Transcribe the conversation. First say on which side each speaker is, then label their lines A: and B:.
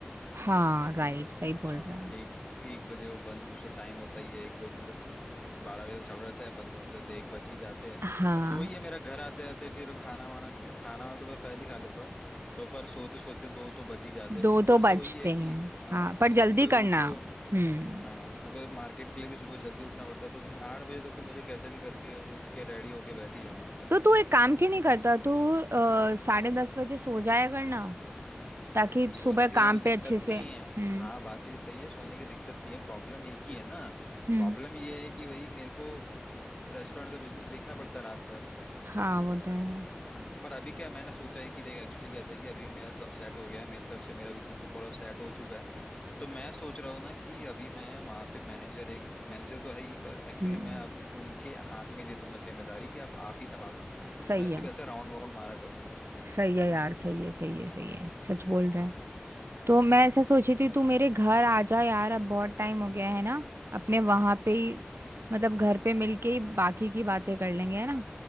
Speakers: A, on the right (about 85°); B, on the left (about 30°).
A: हाँ राइट सही
B: हाँ
A: बोल रहा है
B: एक एक बजे वो बंद उसका टाइम होता ही है एक बजे तक बारह बजे तक चालू रहता है बंद होते होते एक बज ही जाते हैं
A: हाँ
B: तो वही है मेरा घर आते आते फिर खाना वाना खाना वाना तो मैं पहले ही खा लेता हूँ तो पर सोते सोते दो तो बज ही जाते हैं
A: दो
B: फिर दो
A: तो
B: से
A: बचते
B: वही है कि
A: हैं
B: हाँ
A: हाँ पर
B: फिर
A: जल्दी
B: सुबह
A: करना
B: उठो
A: हम्म
B: हाँ सुबह मार्केट के लिए भी सुबह जल्दी उठना पड़ता है तो तुम आठ बजे तक तो मुझे कैसे भी करके उठ के रेडी होके बैठ ही जाना होता
A: तो
B: है
A: तू एक काम क्यों नहीं करता तू अ, साढ़े दस बजे सो जाया करना ताकि
B: सोने
A: सुबह
B: के
A: काम
B: लिए वो दिक्कत
A: पे अच्छे
B: नहीं
A: से हम्म
B: है हाँ बात तेरी सही है सोने की दिक्कत नहीं है प्रॉब्लम एक ही है ना
A: हम्म
B: प्रॉब्लम ये है कि भाई मेरे को रेस्टोरेंट का बिजनेस देखना पड़ता है रात भर
A: हाँ वो तो है
B: हम्म पर अभी क्या मैंने सोचा है कि देख एक्चुअली कैसा है कि अभी मेरा सब सेट हो गया है मेरी तरफ से मेरा बिजनेस तो पूरा सेट हो चुका है तो मैं सोच रहा हूँ ना कि अभी मैं वहाँ पे मैनेजर एक मैनेजर तो है ही पर एक्चुअली
A: हम्म
B: मैं अब उनके हाथ में दे दूंगा जिम्मेदारी कि अब आप ही संभालो
A: सही
B: मैं सिर्फ
A: है
B: ऐसा राउंड वाउंड मारा करूंगा
A: सही है यार सही है सही है सही है सच बोल रहा है
B: हम्म
A: तो मैं ऐसा सोची थी तू मेरे घर आ जा यार अब बहुत टाइम हो गया है ना अपने वहां पे ही मतलब
B: हम्म।
A: घर पे मिलके ही बाकी की बातें कर लेंगे है ना